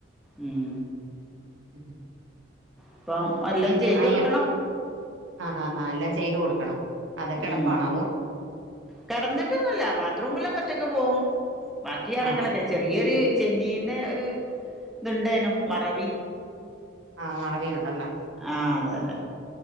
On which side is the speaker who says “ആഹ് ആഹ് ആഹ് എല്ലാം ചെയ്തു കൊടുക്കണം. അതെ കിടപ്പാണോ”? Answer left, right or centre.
Right